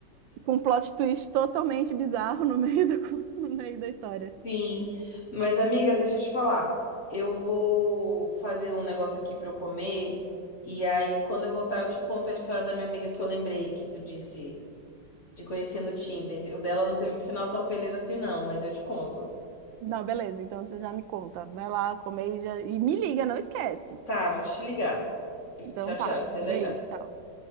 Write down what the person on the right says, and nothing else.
Com um plot twist totalmente bizarro no meio da, <laughs> no meio da história.
Não, beleza. Então você já me conta. Vai lá comer e, já... e me liga, não esquece.
Então
tá.
Beijo,
tchau.